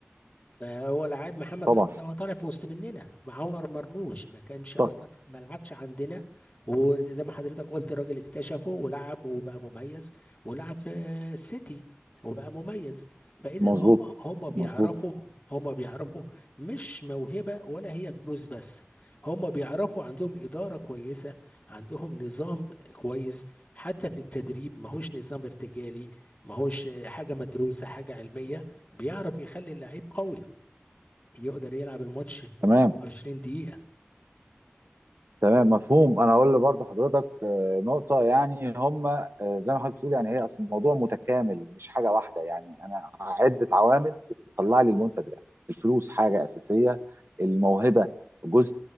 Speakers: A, on the left; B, on the right.
A: فهو لعيب محمد
B: طبعا
A: صلاح ده هو طالع في وسط مننا مع عمر مرموش ما كانش اصلا
B: طب
A: ما لعبش عندنا وزي ما حضرتك قلت الراجل اكتشفه ولعب وبقى مميز ولعب في السيتي وبقى مميز فاذا
B: مظبوط
A: هم هم بيعرفوا
B: مظبوط
A: هم بيعرفوا مش موهبه ولا هي فلوس بس هم بيعرفوا عندهم اداره كويسه عندهم نظام كويس حتى في التدريب ماهوش نظام ارتجالي ماهوش حاجه مدروسه حاجه علميه بيعرف يخلي اللعيب قوي يقدر يلعب الماتش
B: تمام
A: 20 دقيقة
B: تمام مفهوم انا اقول برضه حضرتك آه، نقطه يعني هم آه، زي ما حضرتك بتقول يعني هي اصل الموضوع متكامل مش حاجه واحده يعني انا عده عوامل بتطلع لي المنتج ده الفلوس حاجه اساسيه الموهبه جزء